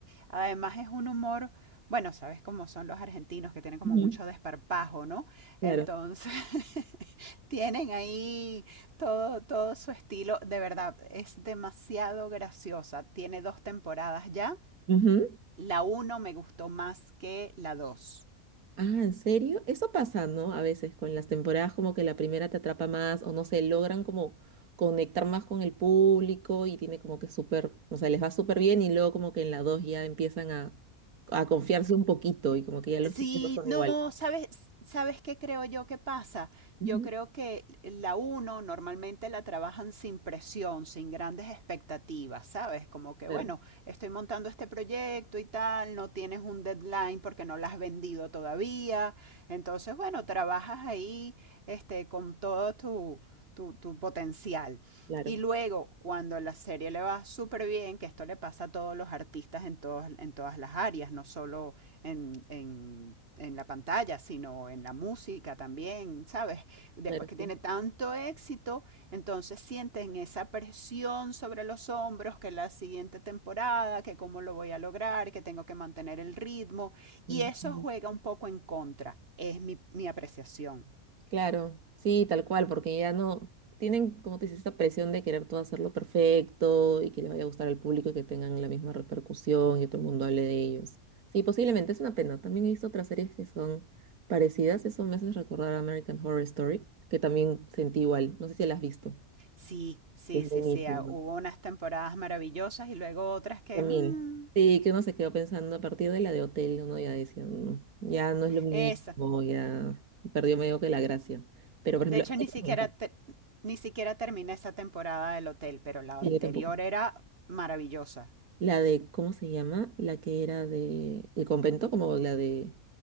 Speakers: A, on the right (about 45°); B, on the right (about 85°).
A: Además es un humor, bueno, sabes cómo son los argentinos que tienen como
B: Ujú.
A: mucho desparpajo, ¿no?
B: Claro.
A: Entonces, <laughs> tienen ahí todo, todo su estilo. De verdad, es demasiado graciosa. Tiene dos temporadas ya.
B: Ujú.
A: La uno me gustó más que la dos.
B: Ah, ¿en serio? Eso pasa, ¿no? A veces con las temporadas como que la primera te atrapa más o no sé, logran como conectar más con el público y tiene como que súper, o sea, les va súper bien y luego como que en la dos ya empiezan a, a confiarse un poquito y como que ya los
A: Sí,
B: chistes no son
A: no,
B: iguales.
A: ¿sabes, sabes qué creo yo que pasa?
B: Ujú.
A: Yo creo que la uno normalmente la trabajan sin presión, sin grandes expectativas, ¿sabes? Como que,
B: Claro,
A: bueno, estoy montando este proyecto y tal, no tienes un deadline porque no la has vendido todavía. Entonces, bueno, trabajas ahí, este, con todo tu, tu, tu potencial.
B: claro,
A: Y luego, cuando la serie le va súper bien, que esto le pasa a todos los artistas en todos, en todas las áreas, no solo en, en, en la pantalla, sino en la música también, ¿sabes? Después
B: claro,
A: que
B: sí.
A: tiene tanto éxito, entonces sienten esa presión sobre los hombros que la siguiente temporada, que cómo lo voy a lograr, que tengo que mantener el ritmo, y
B: Ujú.
A: eso juega un poco en contra. Es mi, mi apreciación.
B: Claro, sí, tal cual, porque ya no tienen, como te dices, esta presión de querer todo hacerlo perfecto y que les vaya a gustar al público y que tengan la misma repercusión y que todo el mundo hable de ellos. Sí, posiblemente es una pena. También he visto otras series que son parecidas. Eso me hace recordar a American Horror Story, que también sentí igual. No sé si la has visto.
A: Sí, sí,
B: Es
A: sí,
B: buenísimo.
A: sí. ah, Hubo unas temporadas maravillosas y luego otras que...
B: También.
A: mm,
B: Sí, que uno se quedó pensando a partir de la de Hotel, uno ya decía, "Mm, ya no es lo mismo,
A: esa,
B: ya perdió medio que la gracia. Pero, por
A: De
B: ejemplo,
A: hecho,
B: esa
A: ni siquiera,
B: me encanta.
A: te- ni siquiera terminé esa temporada del hotel, pero la
B: Sí,
A: anterior
B: yo tampoco.
A: era maravillosa.
B: La de, ¿cómo se llama? La que era de El convento, como la de